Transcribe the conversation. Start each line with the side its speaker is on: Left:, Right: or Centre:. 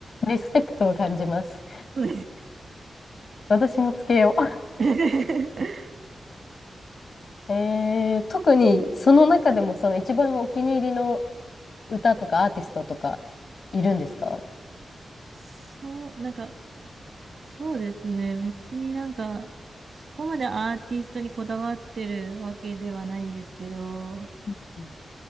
Left: リスペクトを感じます。
Right: うです
Left: 私もつけよ
Right: <laughs>
Left: う。<laughs> えー、特にその中でもその一番お気に入りの歌とかアーティストとかいるんですか
Right: そう、なんかそうですね。別になんか、そこまでアーティストにこだわってるわけではないんですけど、
Left: うんうん